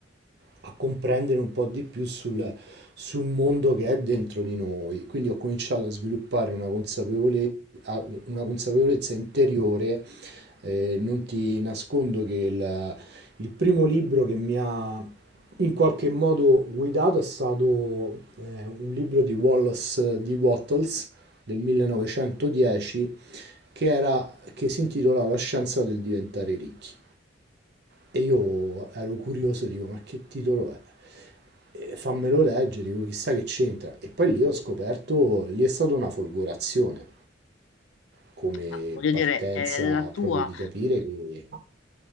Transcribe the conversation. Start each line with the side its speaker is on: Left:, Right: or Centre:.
Right: a comprendere un po' di più sul, sul mondo che è dentro di noi. Quindi ho cominciato a sviluppare una consapevole- a- una consapevolezza interiore eh, non ti nascondo che il, il primo libro che mi ha in qualche modo guidato è stato eh, un libro di Wallace di Wattles del 1910 che, era, che si intitola La scienza del diventare ricchi. E io ero curioso, dico, ma che titolo è? E fammelo leggere, dico, chissà che c'entra. E poi lì ho scoperto, lì è stata una folgorazione come
Left: Ah, voglio
Right: partenza
Left: dire, è la tua...
Right: proprio di capire che